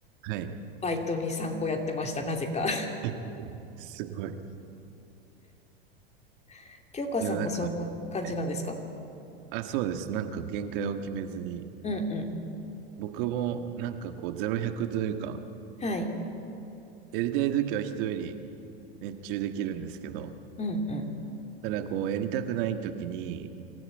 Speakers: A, on the right (about 60°); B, on the left (about 20°).
A: はい
B: バイトに参考やってました、なぜか。
A: はいすごい。
B: <laughs> 京香さんもそんな感じなんですか
A: 世の中、はいあ、そうです。なんか限界を決めずに、
B: うんう
A: 僕もなんかこうゼロ1 0 0というか、
B: ん。はい。
A: やりたい時は人より熱中できるんですけど、
B: うんう
A: ただこうやりたくない時に、